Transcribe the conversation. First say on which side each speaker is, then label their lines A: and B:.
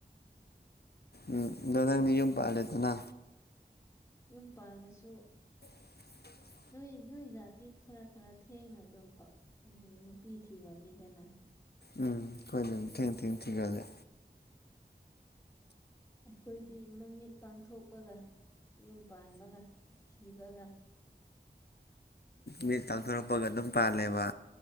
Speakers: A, on the left (about 70°); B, on the left (about 20°).
A: ꯎꯝ ꯑꯗꯣ ꯅꯪꯗꯤ ꯌꯨꯝ ꯄꯥꯜꯂꯦꯗꯅ
B: ꯌꯨꯝ ꯄꯥꯜꯂꯁꯨ
A: <inaudible>
B: ꯅꯣꯏ ꯅꯣꯏ ꯖꯥꯇꯤ ꯈꯔ ꯈꯔ ꯊꯦꯡꯅ ꯑꯗꯨꯝ ꯅꯨꯄꯤ ꯊꯤꯒꯜꯂꯤꯗꯅ
A: ꯎꯝ ꯈꯣꯏꯗꯤ ꯗꯨꯝ ꯊꯦꯡ ꯊꯦꯡ ꯊꯤꯒꯜꯂꯦ
B: ꯑꯩꯈꯣꯏꯗꯤ ꯃꯃꯤꯠ ꯄꯥꯡꯊꯣꯛꯄꯒ ꯌꯨꯝ ꯄꯥꯟꯕꯒ ꯊꯤꯕꯒ
A: ꯃꯤꯠ ꯄꯥꯡꯊꯣꯔꯛꯄꯒ ꯗꯨꯝ ꯄꯥꯜꯂꯦꯕ